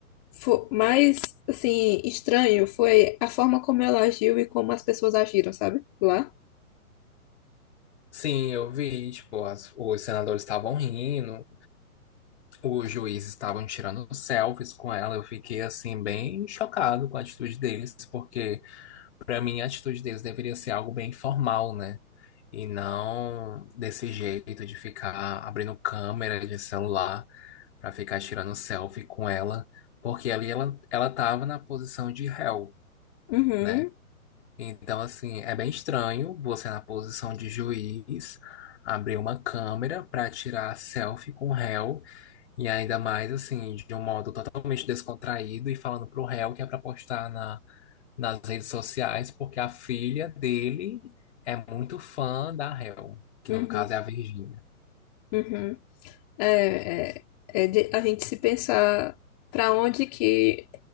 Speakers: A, on the left; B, on the left.
A: fo- mais assim estranho foi a forma como ela agiu e como as pessoas agiram, sabe? Lá.
B: Sim, eu vi, tipo, as- os senadores estavam rindo, os juízes estavam tirando selfies com ela. Eu fiquei assim bem chocado com a atitude deles, porque para mim a atitude deles deveria ser algo bem formal, né? E não desse jeito de ficar abrindo câmera de celular para ficar tirando selfie com ela, porque ali ela, ela tava na posição de réu,
A: Uhum,
B: né? Então, assim, é bem estranho você na posição de juiz abrir uma câmera para tirar selfie com o réu, e ainda mais, assim, de um modo totalmente descontraído e falando pro réu que é para postar na nas redes sociais, porque a filha dele é muito fã da Hel, que
A: uhum,
B: no caso é a Virgínia.
A: uhum. É, é, é de a gente se pensar para onde que